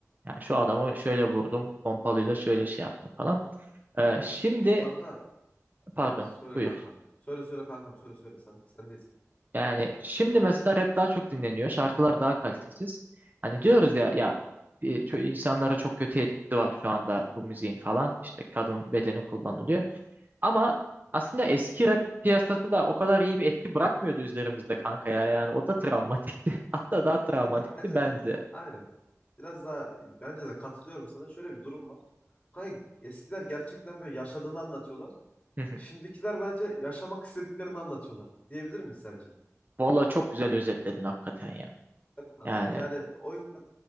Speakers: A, on the right; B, on the left.
A: Yani şu adamı
B: Aynen.
A: şöyle vurdum, pompalıyla şöyle şey yaptım falan. Ee, şimdi
B: Kanka,
A: pardon,
B: söyle
A: buyur.
B: kankam. Söyle söyle kankam, söyle söyle. Sen sendeyiz.
A: Yani şimdi mesela rap daha çok dinleniyor. Şarkılar daha kalitesiz. Hani diyoruz ya ya e, ço- insanlara çok kötü etkisi var şu anda bu müziğin falan. İşte kadın bedeni kullanılıyor. Ama aslında eski rap piyasası da o kadar iyi bir etki bırakmıyordu üzerimizde kanka ya. Yani o da travmatikti. <laughs> Hatta daha travmatikti
B: Kanka bence
A: bence.
B: de. Aynen. Biraz daha bence de katılıyorum sana. Şöyle bir durum var. Kanka eskiler gerçekten böyle yaşadığını anlatıyorlar.
A: <laughs>
B: Şimdikiler bence yaşamak istediklerini anlatıyorlar. Diyebilir miyiz sence?
A: Valla çok güzel özetledin hakikaten ya.
B: Kankam
A: Yani
B: yani o yüzden